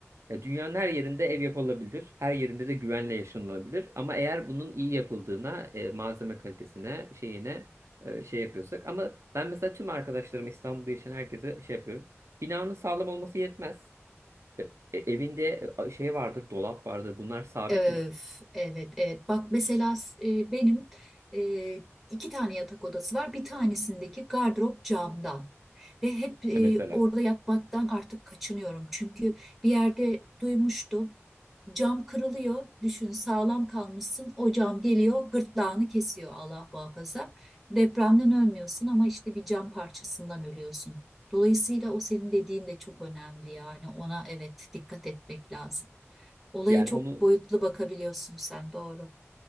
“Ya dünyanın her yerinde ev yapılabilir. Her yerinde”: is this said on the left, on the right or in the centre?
Right